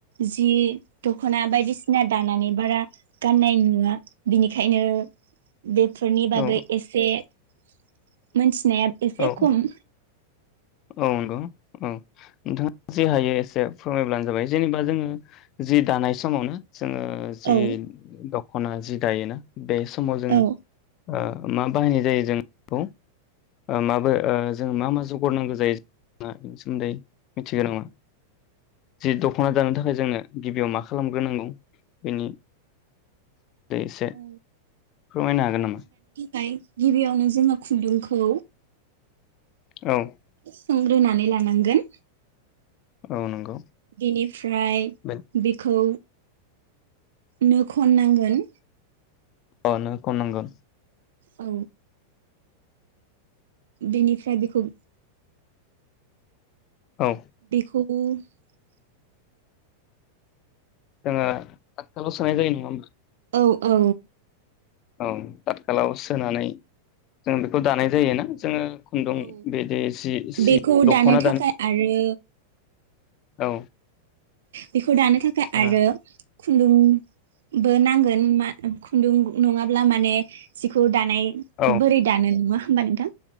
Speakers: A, on the right (about 60°); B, on the left (about 35°).
A: जि दखना बायदिसिना दानानै बारा गाननाय नुवा बिनिखायनो बेफोरनि
B: औ
A: बागै एसे मोनथि नाया एसे
B: औ
A: खम
B: औ नंगौ औ नोंथाङा जि हायो एसे फोरमायब्लानो जाबाय जेनेबा जोङो जि दानाय समावनो जोङो जि
A: औ
B: दख खना जि दायोना बे समाव जोङो
A: औ
B: ओ मा बाहायनाय जायो जों बेखौ ओ माबो ओ जों मा मा जौ <unintelligible> बेनि सोमोन्दै मिथिगो नङा जि दखना दानो थाखाय जोंनो गिबियाव मा खालामग्रोनांगौ? बिनि दै एसे
A: औ
B: फोरमायनो हागोन नामा?
A: खाय गिबियावनो जोङो खुन्दुंखौ
B: औ
A: सोंग्रोनानै लानांगोन‌
B: औ नंगौ
A: बेनिफ्राय
B: बे
A: बिखौ नो खननांगोन।
B: A no खननांगोन।
A: औ बेनिफ्राय बेखौ
B: औ
A: <unintelligible>
B: जोङो तातखालाव सोनाय जायो नङा होमबा?
A: औ औ
B: औ तातखालायाव सोनानै जों बेखौ दानाय जायोना जोङो खुन्दुं
A: औ
B: बिदि जि सि
A: बेखौ
B: दख'ना
A: दानो थाखाय आरो
B: औ
A: बेखौ दानो थाखाय आरो
B: औ
A: खुन्दुंबो नांगोन मा खुन्दुं नङाब्ला माने जिखौ दा नाय
B: औ
A: बोरै दानो नङा होमबा नोंथां